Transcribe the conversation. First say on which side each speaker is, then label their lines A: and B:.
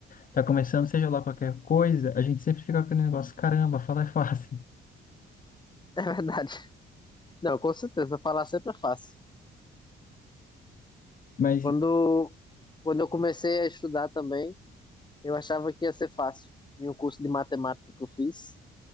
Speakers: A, on the left; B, on the left.
A: tá começando, seja lá qualquer coisa, a gente sempre fica com aquele negócio, caramba, falar é fácil.
B: É verdade. Não, com certeza, falar sempre é fácil.
A: Mas,
B: Quando, quando eu comecei a estudar também, eu achava que ia ser fácil. Em um curso de matemática que eu fiz,